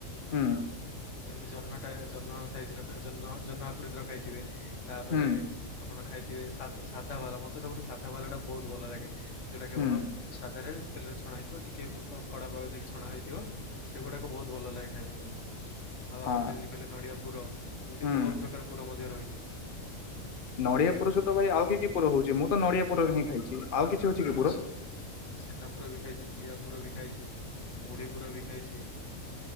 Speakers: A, on the left; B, on the left.
A: ହୁଁ
B: ଯେମିତି ଜହନ ଜହ୍ନ ସାଇଜ ର, ଜହ୍ନ ଆକୃତି ର ଖାଇଥିବେ ତାପରେ
A: ହୁଁ
B: ଆପଣ ଖାଇଥିବେ ସାଧା, ସାଧା ବାଲା, ମତେ ସବୁଠୁ ସାଧା ବାଲା ଟା ବହୁତ ଭଲ ଲାଗେ। ଯୋଉଟା କେବଳ
A: ହୁଁ ହୁଁ
B: ସାଧାରେ ତେଲରେ ଛଣା ହେଇଥିବ ଟିକେ କଡା ପାଗ ଦେଇକି ଛଣା ହେଇଥିବ। ସେଗୁଡାକ ବହୁତ ଭଲ ଲାଗେ ଖାଇବାକୁ ଆଉ
A: ହଁ
B: ଆପଣ ଯେମିତି କହିଲେ ନଡିଆ ପୁର ଏମିତି
A: ହୁଁ
B: ବହୁତ ପ୍ରକାର ପୁର ମଧ୍ୟ ରହିଛି।
A: ନଡିଆ ପୁର ସହିତ ଭାଇ ଆଉ କି ପୁର ହଉଛି, ମୁଁ ତ ନଡିଆ ପୁରରେ ହିଁ ଖାଇଛି। ଆଉ କିଛି ଅଛି କି
B: ମୁଁ
A: ପୁର
B: ଛେନା ପୁର ବି ଖାଇଛି, ନଡ଼ିଆ ପୁର ବି ଖାଇଛି ମୁଢି ପୁର ବି ଖାଇଛି।